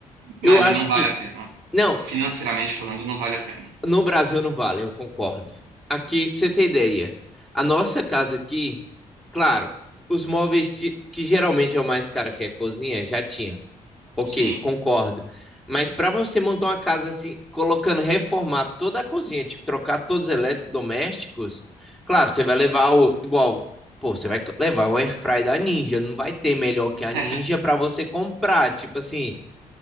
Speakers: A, in the centre; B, on the right (about 80°).
A: eu
B: Mano,
A: acho
B: não vale
A: que.
B: a pena.
A: Não,
B: Financeiramente falando, não vale a pena.
A: No Brasil não vale, eu concordo. Aqui, pra você ter ideia, a nossa casa aqui, claro, os móveis ti- que geralmente é o mais caro que é cozinha, já tinha. Ok,
B: Sim.
A: concordo. Mas para você montar uma casa assim, colocando, reformar toda a cozinha, tipo, trocar todos os eletrodomésticos, claro, você vai levar o igual, pô, você vai co- levar um airfry da Ninja, não vai ter melhor que a Ninja
B: <laughs>
A: para você comprar, tipo assim,